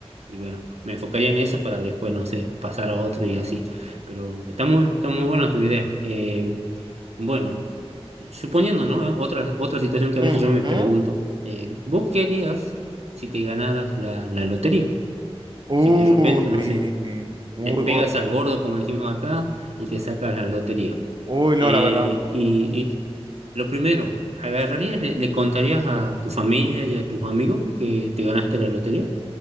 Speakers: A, on the right (about 85°); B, on the right (about 45°).
A: y bueno, me enfocaría en eso para después, no sé, pasar a otro y así. Pero está muy, está muy buena tu idea. Eh, bueno, suponiendo, ¿no? Otra, otra situación que a
B: Ujú.
A: veces yo me pregunto, eh, ¿vos qué harías si te ganaras la, la lotería?
B: Uy,
A: Si de repente, no sé
B: uy,
A: le
B: uy,
A: pegas
B: uy,
A: al gordo, como decimos acá, y te sacas la lotería.
B: uy, no,
A: Eh,
B: la verdad.
A: y, y lo primero, ¿agarrarías, le, le contarías a tu familia y a tus amigos que te ganaste la lotería?